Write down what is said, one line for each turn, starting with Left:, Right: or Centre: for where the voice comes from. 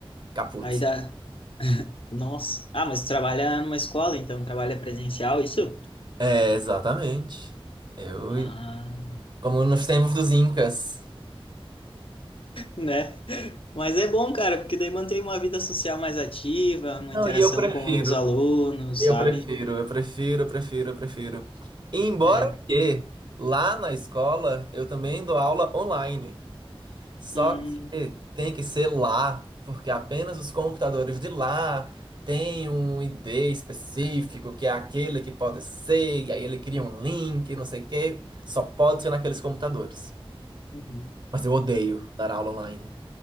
Right: caput.
Left: Aí dá... Nossa. Ah, mas trabalha numa escola, então trabalha presencial, isso?
Right: É, exatamente. Eu,
Left: Ah.
Right: como nos tempos dos Incas.
Left: Né? Mas é bom, cara, porque daí mantém uma vida social mais ativa, uma
Right: Não,
Left: interação
Right: e eu prefiro,
Left: com os alunos,
Right: eu
Left: sabe?
Right: prefiro, eu prefiro, eu prefiro, eu prefiro. Embora
Left: É...
Right: que lá na escola eu também dou aula online. Só
Left: Hum.
Right: que tem que ser lá, porque apenas os computadores de lá têm um ID específico, que é aquele que pode ser, e aí ele cria um link, não sei o quê. Só pode ser naqueles computadores.
Left: Uhum.
Right: Mas eu odeio dar aula online.